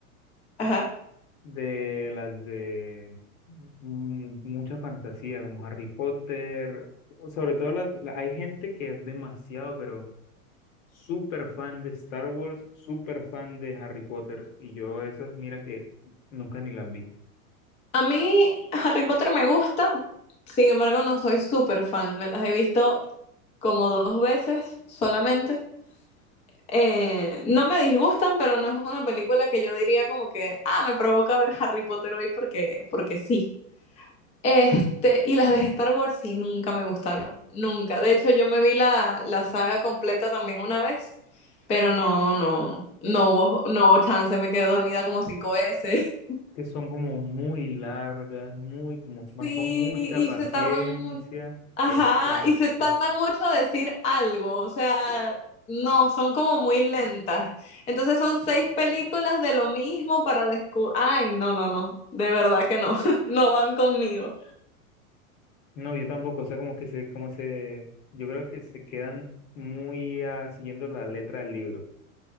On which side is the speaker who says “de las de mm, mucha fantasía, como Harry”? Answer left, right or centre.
Left